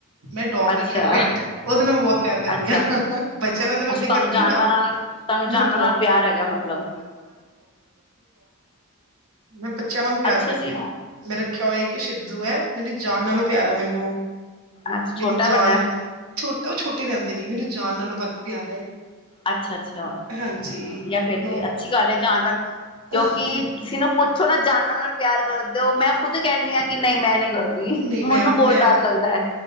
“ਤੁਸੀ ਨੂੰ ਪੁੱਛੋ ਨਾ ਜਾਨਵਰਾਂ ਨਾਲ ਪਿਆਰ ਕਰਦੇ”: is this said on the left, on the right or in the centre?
Left